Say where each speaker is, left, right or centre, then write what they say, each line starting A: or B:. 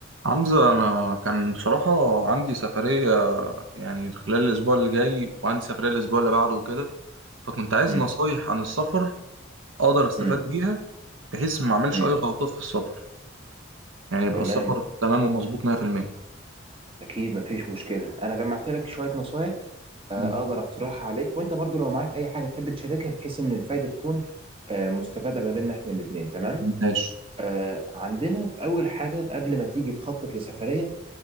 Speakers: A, on the right; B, on the right.
A: حمزة أنا كان بصراحة عندي سفرية يعني خلال الأسبوع اللي جاي وعندي سفرية الأسبوع اللي بعده وكده فكنت عايز
B: مم.
A: نصايح عن السفر أقدر أستفاد
B: مم.
A: بيها بحيث ما أعملش
B: مم.
A: أي غلطات في السفر يعني يبقى
B: تمام
A: السفر تمام ومظبوط 100%
B: اكيد مفيش مشكله انا جمعت لك شويه نصايح آه،
A: مم.
B: اقدر اقترحها عليك وانت برضو لو معاك اي حاجه تحب تشاركها بحيث ان الفايده تكون آه، مستفاده ما بيننا احنا الاثنين تمام
A: ماشي
B: آه، عندنا في اول حاجه قبل ما تيجي تخطط لسفريه